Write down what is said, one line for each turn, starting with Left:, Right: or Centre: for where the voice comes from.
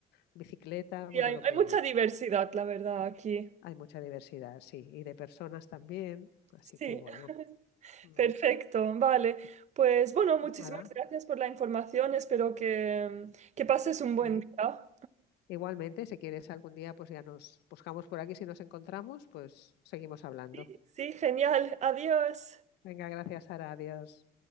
Left: bicicleta, bueno,
Right: Y hay,
Left: lo que
Right: hay mucha diversidad, la verdad, aquí.
Left: hay mucha diversidad, sí, y de personas también, así
Right: Sí.
Left: que bueno,
Right: <laughs>
Left: mm,
Right: Perfecto, vale. Pues bueno, muchísimas
Left: nada,
Right: gracias por la información. Espero que, que pases un
Left: sí.
Right: buen día.
Left: Igualmente, si quieres algún día, pues ya nos buscamos por aquí, si nos encontramos, pues seguimos hablando.
Right: Sí, sí, genial. Adiós.
Left: Venga, gracias, Sara, adiós.